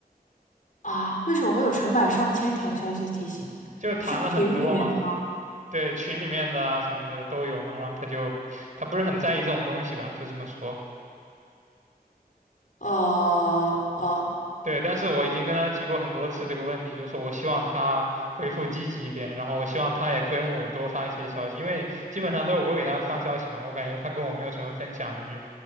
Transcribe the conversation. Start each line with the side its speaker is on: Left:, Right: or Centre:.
Left: 啊，为什么会有成百上千条消息提醒？
Right: 就是谈了很多嘛。
Left: 是群里面的吗？
Right: 对群里面的啊什么的都有嘛，然后他就他不是很在意这种东西吧，就这么说。
Left: 呃呃，
Right: 对，但是我已经跟他提过很多次这个问题，就是我希望他回复积极一点，然后我希望他也跟我多发一些消息，因为基本上都是我给他发消息嘛，我感觉他跟我没有什么分享欲。